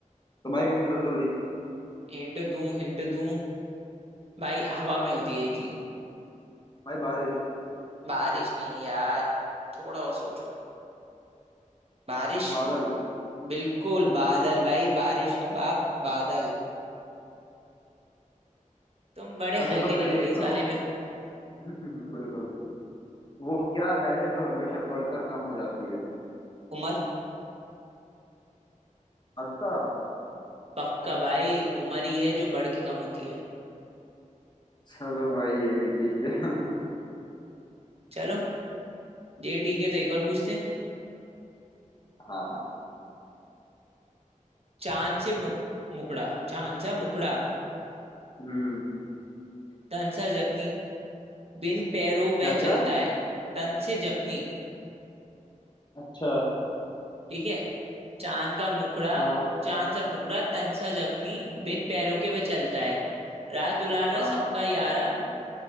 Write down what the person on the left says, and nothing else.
तो भाई हिंट दो थोड़ी
भाई बारिश
बादल
अच्छा
तो मुझे
ये
बताओ
<laughs> बिल्कुल वो क्या है जो हमेशा बढ़कर कम हो जाती है
पक्का
चलो भाई ये भी ठीक है <laughs>
हाँ
हम्म
क्या क्या
अच्छा
हाँ
आ,